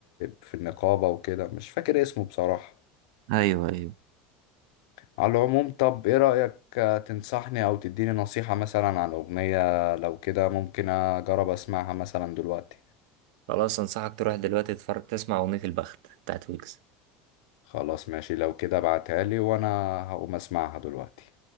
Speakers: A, on the left (about 80°); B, on the right (about 75°).
A: في النقابة وكده مش فاكر اسمه بصراحة
B: ايوه ايوه
A: على العموم طب ايه رأيك آه، تنصحني او تديني نصيحة مثلا عن اغنية لو كده ممكن اجرب اسمعها مثلا دلوقتي
B: خلاص انصحك تروح دلوقتي تتفرج تسمع اغنية البخت بتاعت ويجز
A: خلاص ماشي لو كده ابعتها لي وانا هقوم اسمعها دلوقتي